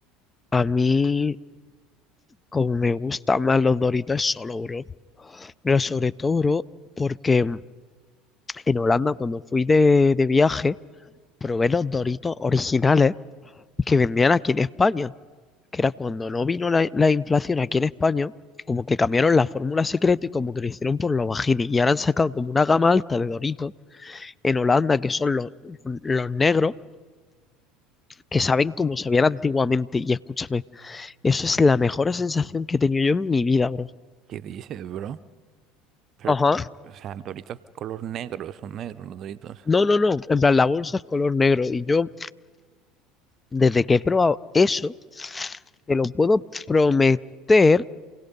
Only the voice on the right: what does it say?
¿Qué dices, bro? Pero,
por- o sea, doritos color negro, son negros los doritos.